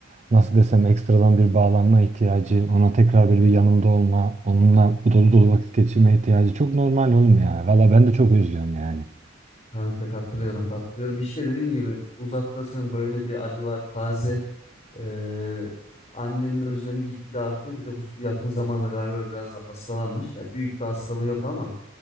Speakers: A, on the right; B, on the left.
A: nasıl desem ekstradan bir bağlanma ihtiyacı, ona tekrar böyle bir yanında olma, onunla dolu dolu vakit geçirme ihtiyacı çok normal oğlum ya. Valla ben de çok özlüyorum yani.
B: Kanka katılıyorum katılıyorum. İşte dediğim gibi uzaktasın böyle bir acı var taze. Ee, annenin özlemi gitgide artıyor. Bir de bu yakın zamanda galiba biraz da hastalanmış. Ya büyük bir hastalığı yok ama